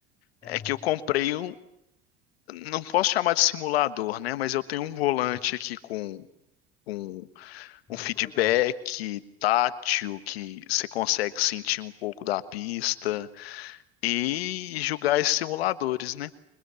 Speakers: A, on the left; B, on the left.
A: Aham,
B: é que eu comprei um, não posso chamar de simulador, né? Mas eu tenho um volante
A: sim.
B: aqui com, com
A: Muito
B: um feedback
A: legal.
B: tátil que você consegue sentir um pouco da pista e jogar esses simuladores, né?